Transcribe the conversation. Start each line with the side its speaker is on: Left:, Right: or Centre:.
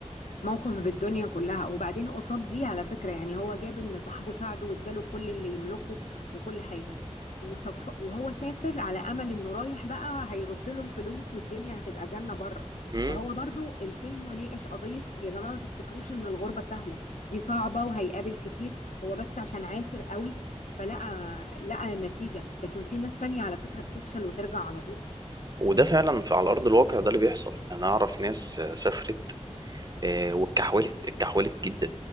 Left: موقف بالدنيا كلها وبعدين قصاد دي على فكرة يعني هو جاب ان صاحبه ساعده واداله كل اللي يملكه وكل حاجة وصف وهو سافر على امل انه رايح بقى هيرد له الفلوس والدنيا هتبقى جنة بره
Right: مم.
Left: فهو برضو الفيلم ناقش قضية يا جماعة ما تفتكروش ان الغربة سهلة دي صعبة وهيقابل كتير هو بس عشان عافر قوي فلقى لقى النتيجة لكن في ناس تانية على فكرة بتفشل وترجع على طول
Right: وده فعلا في على ارض الواقع ده اللي بيحصل انا اعرف ناس سافرت آه، واتكحولت اتكحولت جدا